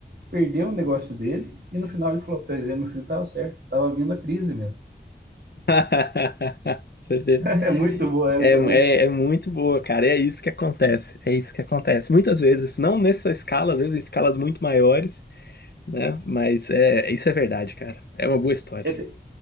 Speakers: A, on the right; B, on the left.
A: perdeu o negócio dele, e no final ele falou: Pois é, meu filho estava certo, estava vindo a crise mesmo. <laughs>
B: <laughs> Você vê, né?
A: É muito boa essa,
B: É, é,
A: né?
B: é muito boa, cara. É isso que acontece. É isso que acontece. Muitas vezes, não nessa escala, às vezes em escalas muito maiores, né? Mas é, isso é verdade, cara. É uma boa história.
A: É,